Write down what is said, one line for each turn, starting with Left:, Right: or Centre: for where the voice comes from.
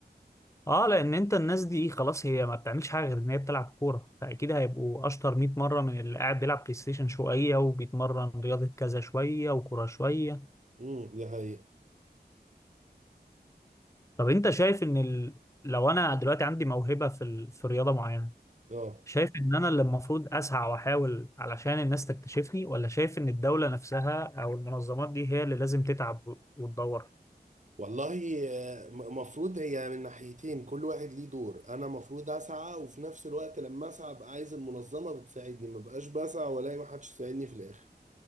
Left: اه لان انت الناس دي خلاص هي ما بتعملش حاجه غير ان هي بتلعب كوره فاكيد هيبقوا اشطر 100 مره من اللي قاعد بيلعب بلاي ستيشن شويه وبيتمرن رياضه كذا شويه وكوره شويه
Right: امم دي حقيقه
Left: طب انت شايف ان ال... لو انا دلوقتي عندي موهبه في ال... في رياضه معينه
Right: اه
Left: شايف ان انا اللي المفروض اسعى واحاول علشان الناس تكتشفني ولا شايف ان الدولة نفسها او المنظمات دي هي اللي لازم تتعب و- وتدور
Right: والله آه، م- مفروض هي من ناحيتين كل واحد ليه دور انا مفروض اسعى وفي نفس الوقت لما اسعى ابقى عايز المنظمه بتساعدني ما بقاش بسعى والاقي ما حدش يساعدني في الاخر